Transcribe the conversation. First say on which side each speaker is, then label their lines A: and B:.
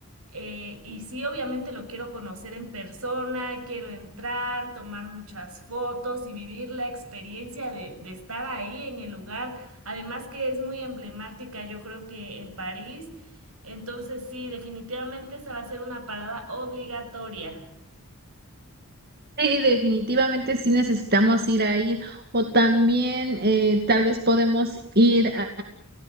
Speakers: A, on the right; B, on the right.
A: eh, y sí, obviamente lo quiero conocer en persona, quiero entrar, tomar muchas fotos y vivir la experiencia de, de estar ahí en el lugar. Además que es muy emblemática, yo creo que en París. Entonces sí, definitivamente esa va a ser una parada obligatoria.
B: Sí, definitivamente sí necesitamos ir a ir. O también eh, tal vez podemos ir a,